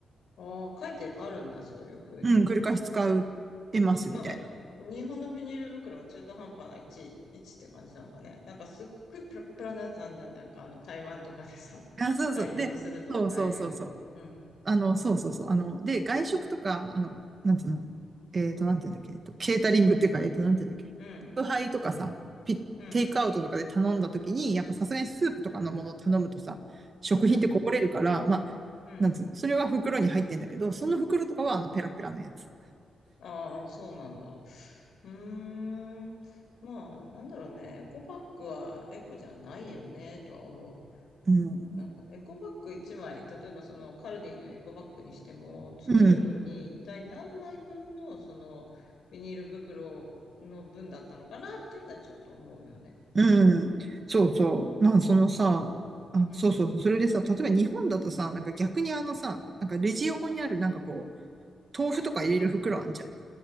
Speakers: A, on the left (about 65°); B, on the right (about 30°).
A: ああ、書いてあるんだ、そういう風に。
B: うん、繰り返し使えます、
A: なんか、
B: みたい
A: 日本のビニール袋が中途半端な位置、位置って感じなのかね。なんかすっごいプラプラなやつあんじゃん。なんかあの台湾とかでさ、<laughs>
B: な。あ、そうそう。
A: 買い物するともらえるような。
B: で、そうそうそうそう。
A: うん、
B: あの、そうそうそう。あの、で、外食とか、あの、なんつうの、えっと、なんていうんだっけ、えっと、ケータリングっていうか、えっと、なんていうんだっけ、
A: うん、
B: 宅配とかさ、ピ、
A: うん、
B: テイクアウトとかで頼んだ時に、やっぱさすがにスープとかのものを頼むとさ、食品ってこぼれるから、
A: うん、
B: まあ、
A: うん。
B: なんつうの、それは袋に入ってんだけど、その袋とかはあの、ペラペラのやつ。
A: ああ、そうなんだ。うーん。まあ、なんだろうね。エコバッグはエコじゃないよね、とは思う。
B: うん。
A: なんかエコバッグ1枚、例えばそのカルディのエコバッグにしても、作るのに一体何枚分のそのビニール袋の分だったのかなっていうのはちょっと思うよね。
B: うん。うん。そうそう。まあ、そのさ、あ、
A: うん。
B: そうそうそう。
A: うん
B: それでさ、例えば日本だとさ、なんか逆にあのさ、なんかレジ横にあるなんかこう、豆腐とか入れる袋あんじゃん。